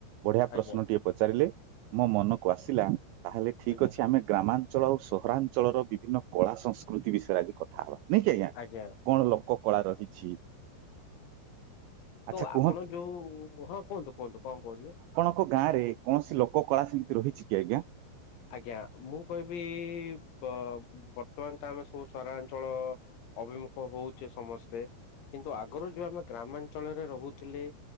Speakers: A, on the right; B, on the left.
A: ବଢିଆ
B: ଆଜ୍ଞା
A: ପ୍ରଶ୍ନଟିଏ। ପଚାରିଲେ ମୋ ମନକୁ ଆସିଲା ତାହେଲେ ଠିକ
B: ଆଜ୍ଞା
A: ଅଛି ଆମେ ଗ୍ରାମାଞ୍ଚଳ ଆଉ ସହରାଞ୍ଚଳର ବିଭିନ୍ନ କଳା ସଂସ୍କୃତି ବିଷୟରେ ଆଜି କଥା ହବା ନାଇକି ଆଜ୍ଞା?
B: ଆଜ୍ଞା।
A: କଣ ଲୋକ କଳା ରହିଛି? ଆଚ୍ଛା
B: ତ ଆପଣ
A: କୁହନ୍ତୁ।
B: ଯୋଉ ହଁ କୁହନ୍ତୁ କୁହନ୍ତୁ କଣ କୁହନ୍ତୁ?
A: ତାଙ୍କ ଗାଁ ରେ କଣ ଲୋକ କଳା ସେମିତି ରହିଛି କି ଆଜ୍ଞା?
B: ଆଜ୍ଞା ମୁଁ କହିବି ବର୍ତ୍ତମାନ ତ ଆମେ ସବୁ ସହରାଞ୍ଚଳ ଅଭିମୁଖ ହଉଛେ ସମସ୍ତେ କିନ୍ତୁ ଆଗରୁ ଯୋଉ ଆମେ ଗ୍ରାମାଞ୍ଚଳରେ ରହୁଥିଲେ।